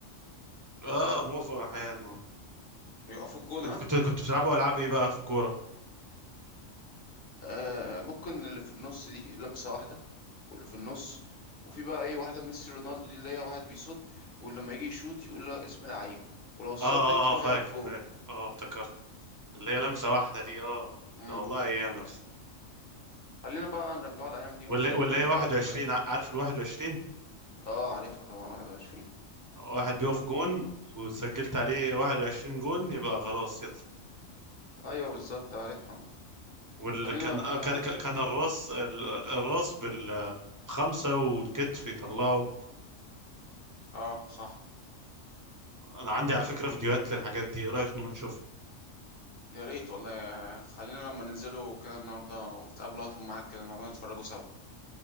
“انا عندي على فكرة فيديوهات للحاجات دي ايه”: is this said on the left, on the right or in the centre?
Right